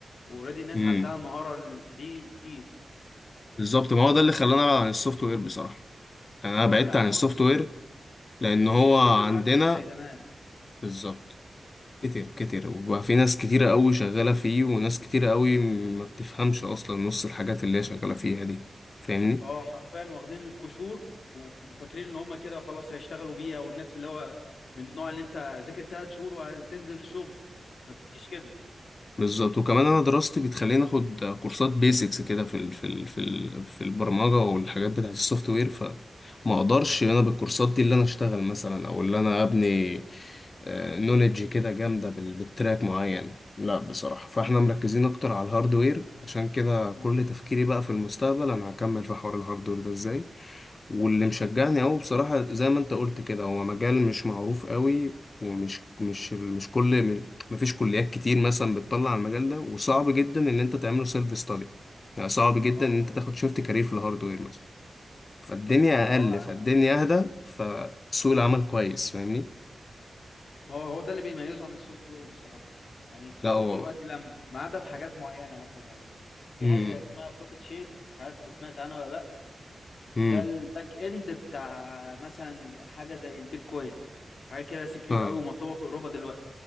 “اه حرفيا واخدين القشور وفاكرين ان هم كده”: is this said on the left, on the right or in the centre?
Left